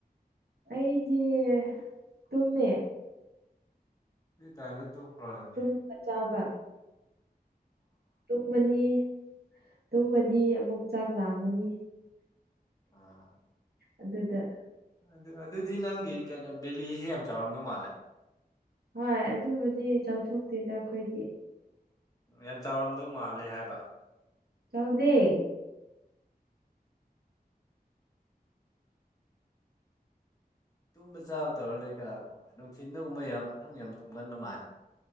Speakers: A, on the right; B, on the left.
A: ꯑꯩꯗꯤ ꯇꯨꯝꯃꯦ
B: ꯇꯥꯏ ꯇꯣꯔꯗꯤꯦ
A: ꯇꯨꯝꯕ ꯆꯥꯕ ꯇꯨꯝꯃꯅꯤ ꯇꯨꯝꯃꯗꯤ ꯑꯃꯨꯛ ꯆꯥꯛ ꯂꯥꯛꯑꯝꯃꯅꯤ
B: ꯑꯥ
A: ꯑꯗꯨꯗꯗ
B: ꯑꯗꯨ ꯑꯗꯨꯗꯤ ꯅꯪꯒꯤ ꯀꯩꯅꯣ ꯕꯦꯂꯤꯁꯤꯦ ꯌꯥꯝ ꯆꯥꯎꯔꯝꯅꯣ ꯃꯥꯜꯂꯦ
A: ꯍꯣꯏ ꯑꯗꯨꯕꯨꯗꯤ ꯆꯥꯎꯊꯣꯛꯇꯦꯗ ꯑꯩꯈꯣꯏꯗꯤ
B: ꯌꯥꯝ ꯆꯥꯎꯔꯝꯗꯧ ꯃꯥꯜꯂꯦ ꯍꯥꯏꯕ
A: ꯆꯧꯗꯦ
B: ꯇꯨꯝꯕ ꯆꯥꯕ ꯇꯧꯔ ꯂꯩꯣꯏ ꯀꯌꯥ ꯀꯨꯝꯕ ꯅꯨꯡꯊꯤꯤꯟꯗꯒꯨꯝꯕ ꯌꯥꯝ ꯅꯪ ꯌꯥꯝ ꯇꯨꯝꯒꯟꯕ ꯃꯥꯜꯂꯦ